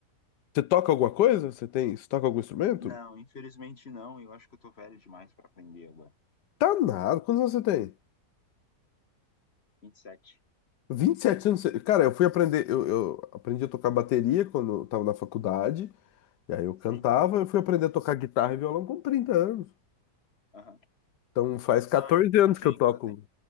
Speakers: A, on the left; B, on the left.
A: Você toca alguma coisa? Você tem, você toca algum instrumento?
B: Não, infelizmente não, eu acho que eu tô velho demais pra aprender agora.
A: Tá nada. Quantos anos você tem?
B: vinte e sete
A: Vinte e sete anos. você- Cara, eu fui aprender, eu, eu aprendi a tocar bateria quando eu tava na faculdade, e aí eu cantava,
B: Sim.
A: eu fui aprender a tocar guitarra e violão com 30 anos.
B: Aham.
A: Então faz 14
B: Ah, então
A: anos
B: dá tempo,
A: que eu toco
B: dá tempo.